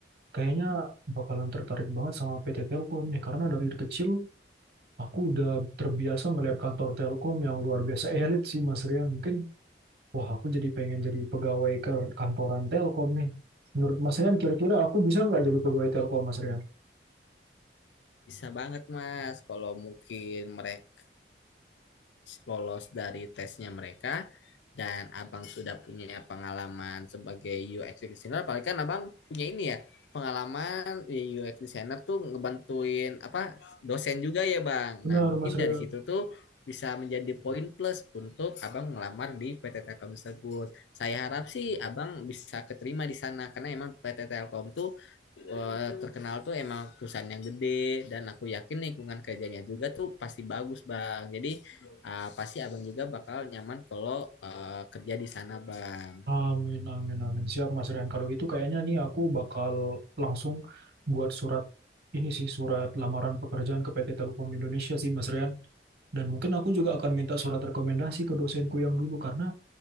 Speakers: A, on the right; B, on the left.
A: kayaknya bakalan tertarik banget sama PT Telkom nih, karena dari kecil aku udah terbiasa ngelihat kantor Telkom yang luar biasa <laughs> elit sih, Mas Rian. Mungkin, wah aku jadi pengen jadi pegawai ke- kantoran Telkom nih. Menurut Mas Rian, kira-kira aku bisa nggak jadi pegawai Telkom, Mas Rian?
B: Bisa banget Mas, kalau mungkin mereka lolos dari tesnya mereka dan Abang sudah punya pengalaman sebagai UX designer, apalagi kan Abang punya ini ya, pengalaman ya, UX designer tuh ngebantuin apa dosen juga ya Bang.
A: Benar,
B: Nah, mungkin
A: Mas Rian.
B: dari situ tuh bisa menjadi poin plus untuk Abang ngelamar di PT Telkom tersebut. Saya harap sih Abang bisa keterima di sana karena emang PT Telkom tuh eh, terkenal tuh emang perusahaan yang gede dan aku yakin lingkungan kerjanya juga tuh pasti bagus bang jadi ah, pasti abang juga bakal nyaman kalau eh, kerja di sana bang
A: Amin, amin, amin. Siap, Mas Rian. Kalau gitu kayaknya nih aku bakal langsung buat surat ini sih, surat lamaran pekerjaan ke PT Telkom Indonesia sih, Mas Rian. Dan mungkin aku juga akan minta surat rekomendasi ke dosenku yang dulu, karena